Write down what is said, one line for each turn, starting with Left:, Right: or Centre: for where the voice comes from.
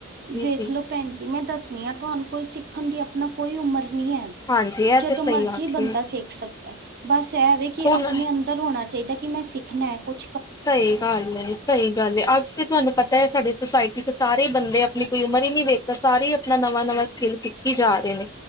Right: ਵੇਖ
Left: ਸੀ
Right: ਲਓ ਭੈਣਜੀ, ਮੈਂ ਦੱਸ ਨਈ ਤੁਹਾਨੂੰ, ਕੋਈ ਸਿੱਖਣ ਦੀ ਆਪਣਾ ਕੋਈ, ਉਮਰ ਨਹੀਂ ਹੈ
Left: ਹਾਂਜੀ ਇਹ
Right: ਜਦੋਂ
Left: ਤੇ
Right: ਮਰਜ਼ੀ,
Left: ਸਹੀ ਆਖੀ
Right: ਬੰਦਾ ਸਿਖ ਸਕਦਾ ਬਸ ਇਹ ਵੇ ਕਿ,
Left: ਹੁਣ
Right: ਆਪਣੇ ਅੰਦਰ ਹੋਣਾ ਚਾਹੀਦਾ ਕਿ, ਮੈਂ ਸਿੱਖਣਾ ਕੁਝ
Left: ਸਹੀ ਗ ਸਹੀ ਗੱਲ ਹ ਅੱਜ ਤੇ, ਤੁਹਾਨੂੰ ਪਤਾ ਸਾਡੇ ਸੋਸਾਇਟੀ ਚ ਸਾਰੇ ਬੰਦੇ, ਆਪਣੀ ਕੋਈ ਉਮਰ ਹੀ ਨਹੀਂ ਵੇਖਦੇ ਸਾਰੇ ਆਪਣਾ, ਨਵਾਂ -ਨਵਾਂ ਸਕੇਲ ਸਿੱਖੀ ਜਾ ਰਹੇ ਨੇ